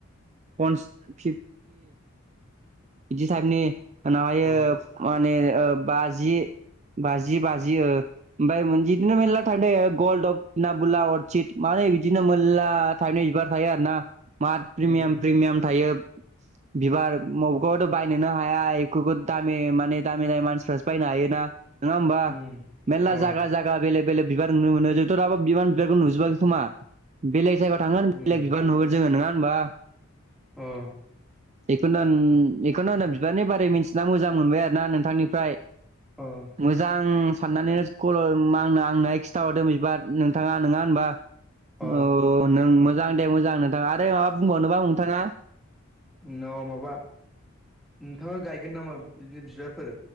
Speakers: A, on the right; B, in the centre.
A: <inaudible> थि बिदि थाइफनि उनावहायो
B: अ
A: माने ओ बाजि बाजि, बाजि ओ ओमफाय मोनजि बिदिनो मेरला थायफनि ओ गल्ड अफना बुलाव अरसिद मा नै बिदिनो मेलला थाइपनि बिबार थायो आरो ना मा प्रिमियाम
B: उम
A: प्रिमियाम थायो बिबार बबेखौथ' बायनोनो हाया <inaudible> दामि माने दामि दामि मानसिफ्रासो बायनो हायोना। नङा होमबा
B: उम
A: मेल्ला
B: अ
A: जागा जागा बेलेग - बेलग बिबार नुनो मोनो जोंथ' दाबो बिबार बिबारखौ नुजोबाखै खोमा बेलेग जायगा थांगोन
B: उम
A: बेलेग बिबार नुगोन जोङो नोङा होमबा
B: ओ ।
A: बेखौनथन बेखौनो होनो बिबारनि बारै मिथिना मोजां मोनबाय आरो ना नोंथांनिफ्राय ।
B: अ
A: मोजां साननानैनो <unintelligible> आंनो खिन्थाहरदों बिबार नोंथाङा नङा होनबा?
B: अ
A: औ नों मोजां दे मोजां नोंथाङा आरो माबा बुंबावनोबा नोंथाङा?
B: नाव माबा नोंथाङा गायगोन नामा बिदिनो बिबारफोर?